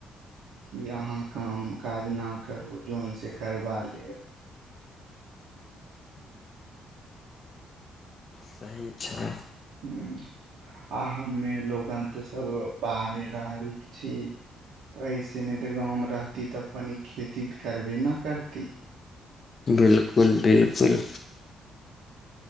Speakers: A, on the right (about 80°); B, on the left (about 40°).
A: कि अहाँ काम काज नहि करू जोन से करबा लेब।
B: सही छै।
A: हू आ हमे लोगन तऽ सब बाहर रहल छी। तऽ एहिसँ नहि तऽ गाँवमे रहती तऽ कनी खेती करबे नहि करती।
B: बिलकुल बिलकुल।